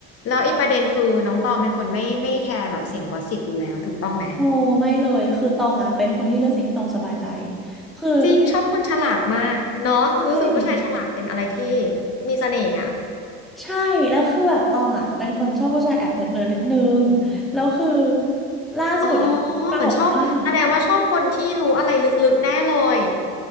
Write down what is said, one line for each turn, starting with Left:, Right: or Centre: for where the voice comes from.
Left: แล้วอีกประเด็นคือน้องตองเป็นคนไม่ไม่แคร์แบบเสียงกอสซิปอยู่แล้วถูกต้องไหม
Centre: โนไม่เลยคือตองอ่ะเป็นคนที่เลือกสิ่งที่ตองสบายใจคือ
Left: จริงชอบคนฉลาดมากเนาะรู้สึกผู้ชายฉลาดเป็นอะไรที่
Centre: ใช่
Left: มีเสน่ห์อ่ะ
Centre: ใช่แล้วคือแบบตองอ่ะเป็นคนชอบผู้ชายแอบเนิร์ดเนิร์ดนิดนึงแล้วคือล่าสุดอ่ะตลกมาก
Left: อ๋อเหมือนชอบแสดงว่าชอบคนที่รู้อะไรลึกๆแน่เลย